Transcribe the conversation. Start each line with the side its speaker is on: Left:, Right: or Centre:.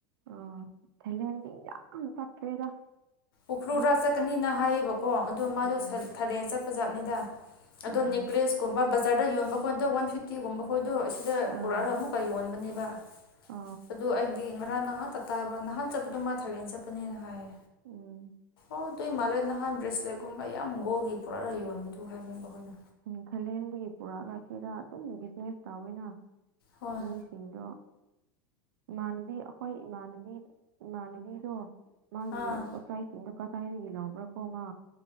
Right: ꯑꯣ ꯊꯥꯏꯂꯦꯟ ꯌꯥꯝ ꯆꯠꯈ꯭ꯔꯦꯗ
Left: ꯎꯈ꯭ꯔꯨꯨꯜꯔꯥ
Right: ꯃꯤ
Left: ꯆꯠꯀꯅꯤꯅ ꯍꯥꯏꯌꯦꯕꯀꯣ ꯑꯗꯣ ꯃꯥꯗꯣ
Right: ꯎꯝ
Left: ꯊꯔꯦꯟ ꯆꯠ ꯄꯖꯥꯠꯅꯤꯗ ꯑꯗꯣ
Right: ꯑꯥ
Left: ꯅꯦꯛꯂꯦꯁꯀꯨꯝꯕ ꯕꯖꯥꯔꯗ ꯌꯣꯟꯕ ꯈꯣꯏꯗꯣ ꯋꯥꯟ ꯐꯤꯐꯇꯤꯒꯨꯝꯕ ꯈ ꯗꯣ ꯑꯁꯤꯗ
Right: ꯑꯥ
Left: ꯄꯨꯔꯛꯑꯒ ꯑꯃꯨꯛꯀ ꯌꯣꯟꯕꯅꯦꯕ
Right: ꯑ
Left: ꯑꯗꯨ ꯑꯩꯗꯤ ꯉꯔꯥꯡ ꯉꯍꯥꯛꯇ ꯇꯥꯕ ꯅꯍꯥꯟ ꯆꯠꯄꯗꯣ ꯃꯥ ꯊꯥꯏꯂꯦꯟ ꯆꯠꯄꯅꯦꯅ ꯍꯥꯏꯌꯦ
Right: ꯎꯝ
Left: <unintelligible> ꯅꯍꯥꯟ ꯕ꯭ꯔꯂꯁꯂꯦꯠ ꯀꯨꯝꯕ ꯒꯣꯜꯒꯤ ꯄꯣꯔꯛꯑ ꯌꯣꯟꯕꯅꯦ
Right: ꯎꯝ ꯊꯥꯏꯂꯦꯟꯗꯒꯤ ꯄꯨꯔꯥꯒ ꯁꯤꯗ ꯑꯗꯨꯝ ꯕꯤꯖꯤꯅꯦꯁ ꯇꯧꯋꯦꯅ
Left: ꯍꯣꯏ
Right: ꯃꯤꯁꯤꯡꯗꯣ ꯏꯃꯥꯟꯅꯕꯤ ꯑꯈꯣꯏ ꯏꯃꯥꯟꯅꯕꯤ ꯏꯃꯥꯟꯅꯕꯤꯗꯣ ꯃꯥꯒꯤ
Left: ꯑꯥ
Right: ꯄꯣꯠꯆꯩꯁꯤꯡꯗꯣ ꯀꯗꯥꯏꯗꯒꯤ ꯂꯧꯕ꯭ꯔ ꯀꯣ ꯃꯥ